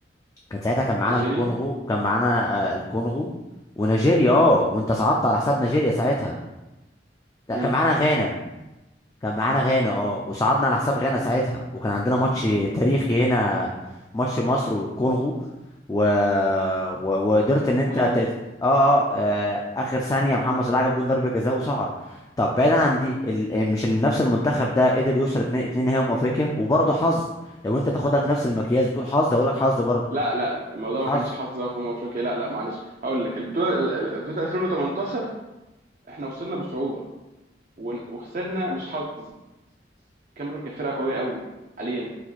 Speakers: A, on the left; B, on the right.
A: كان ساعتها كان معانا
B: نيجيريا؟
A: الكونغو كان معانا آه، الكونغو ونيجيريا
B: امم
A: اه وانت صعدت على حساب نيجيريا ساعتها لا
B: امم
A: كان معانا غانا كان معانا غانا اه وصعدنا على حساب غانا ساعتها وكان عندنا ماتش تاريخي هنا ماتش مصر والكونغو و... و... وقدرت ان انت
B: حضر
A: ت... اه اه آه، اخر ثانيه محمد صلاح جاب جون ضربه جزاء وصعد طب بعيدا عن دي ال... مش ال- نفس المنتخب ده قدر يوصل اتنين اتنين نهائي من افريقيا وبرضه حظ لو انت تاخدها في نفس المكياج وتقول حظ هقول لك حظ برضه
B: لا لا لا الموضوع
A: حظ
B: ما كانش حظ بقى في امم افريقيا لا لا معلش هقول لك البطوله ال- ال- بطوله 2018 احنا وصلنا بصعوبه ون- وخسرنا مش حظ الكاميرون كانت فرقه قويه قوي حاليا